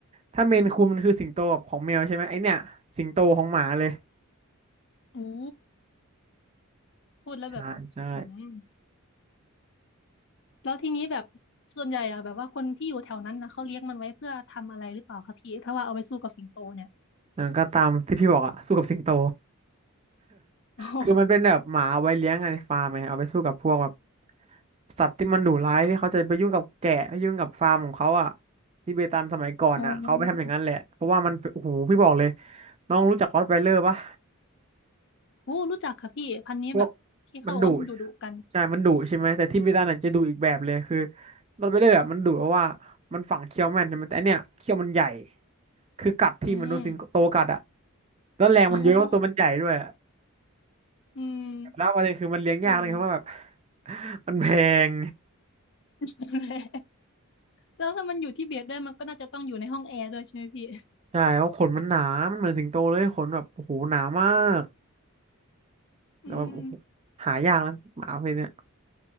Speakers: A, on the right; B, on the left.
A: ถ้าเมนคูนมันคือสิงโตแบบของแมวใช่ไหมไอเนี้ยสิงโตของหมาเลย
B: อู้พูดแล้วแบบอื้อหือ
A: ใช่ใช่
B: แล้วทีนี้แบบส่วนใหญ่อะแบบว่าคนที่อยู่แถวนั้นนะเขาเลี้ยงมันไว้เพื่อทำอะไรหรือเปล่าคะพี่ถ้าว่าเอาไปสู้กับสิงโตเนี่ย
A: อ่าก็ตามที่พี่บอกอ่ะสู้กับสิงโต
B: โอ้โห
A: คือมันเป็นแบบหมาเอาไว้เลี้ยงอะในฟาร์มไงเอาไปสู้กับพวกแบบสัตว์ที่มันดุร้ายที่เขาจะไปยุ่งกับแกะไปยุ่งกับฟาร์มของเขาอ่ะทิเบตันสมัยก่อนอ่ะเขาไปทำอย่างนั้นแหละเพราะว่ามันโอ้โหพี่บอกเลย
B: โอ
A: น้องรู้จักรอตไวเลอร์ปะ
B: โหรู้จักค่ะพี่พันธุ์นี้แบบที่เขาบอกว่ามันดุๆกัน
A: พวกมันดุใช่มันดุใช่ไหมแต่ทิเบตันอ่ะจะดุอีกแบบเลยคือรอตไวเลอร์อะมันดุเพราะว่ามันฝังเขี้ยวแม่นใช่ไหมแต่อันเนี้ยเขี้ยวมันใหญ่คือกัดที่มันโดนสิงโตกัดอ่ะ
B: อืม
A: แล้วแรงมันเยอะเพราะตัวมันใหญ่ด้วย
B: โอ้โห อืม
A: แล้วประเด็นคือมันเลี้ยงยากเลยครับว่าแบบ
B: <laughs> เอืม
A: <laughs> มันแพง
B: นั่นแหละแล้วถ้ามันอยู่ที่เบียดด้วยมันก็น่าจะต้องอยู่ในห้องแอร์ด้วยใช่ไหมพี่
A: ใช่เพราะขนมันหนามันเหมือนสิงโตเลยขนแบบโอ้โหหนามากแต่แบบโอ้โห
B: อืม
A: หายากนะหมาประเพศเนี้ย